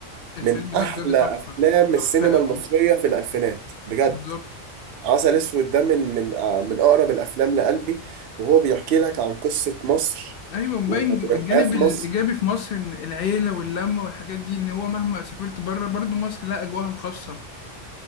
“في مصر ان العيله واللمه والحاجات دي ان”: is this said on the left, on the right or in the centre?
Left